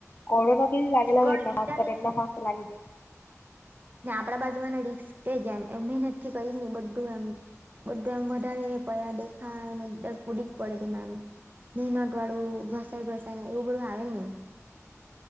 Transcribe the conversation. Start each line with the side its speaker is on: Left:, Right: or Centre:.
Left: <unintelligible> એટલા
Right: કઈ વિચારે
Left: ફાસ્ટ કરે
Right: નહી
Left: એટલા ફાસ્ટ લાવી દેય.
Right: ને આપડા બાજુમાંને રીસ્ક જ એમ મહેનત થી કઈ ની બધું એમ. બધુ એમ વધારે પડયા દેખાયને બ કૂદી જ પડે તેમા એમ. ધીમા કળું ઘસાય ઘસાય ને એવું બધું આવે જ ની.